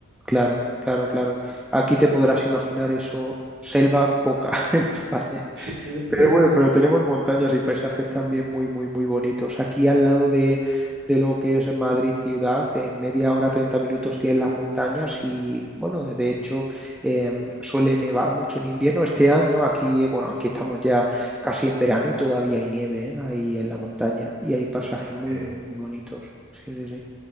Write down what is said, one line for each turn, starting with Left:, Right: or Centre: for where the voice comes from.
Centre: claro, claro, claro. Aquí te podrás imaginar eso, selva poca <laughs> en España.
Right: Sí.
Centre: Pero
Right: <laughs>
Centre: bueno, pero tenemos montañas y paisajes también muy, muy, muy bonitos. Aquí al lado de, de lo que es Madrid ciudad, en media hora, 30 minutos tienes las montañas y bueno, de de hecho eh, suele nevar mucho en invierno. Este año aquí, eh, bueno, aquí estamos ya casi en verano y todavía hay nieve, ¿eh? ahí en la montaña y hay pasajes muy,
Right: Eh,
Centre: muy, muy bonitos. Sí, sí, sí.